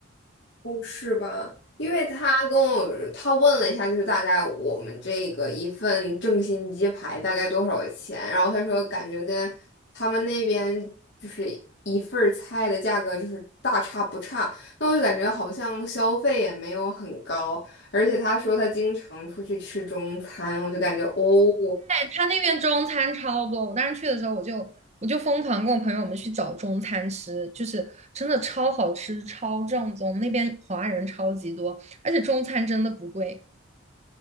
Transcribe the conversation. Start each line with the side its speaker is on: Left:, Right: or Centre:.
Left: 哦，是吧？因为他跟我他问了一下，就是大概我们这个一份正新鸡排大概多少钱，然后他说感觉跟他们那边就是一份儿菜的价格就是大差不差，那我就感觉好像消费也没有很高，而且他说他经常出去吃中餐，我就感觉哦，
Right: 他那边中餐超多，我当时去的时候，我就我就疯狂跟我朋友们去找中餐吃，就是真的超好吃、超正宗。那边华人超级多，而且中餐真的不贵。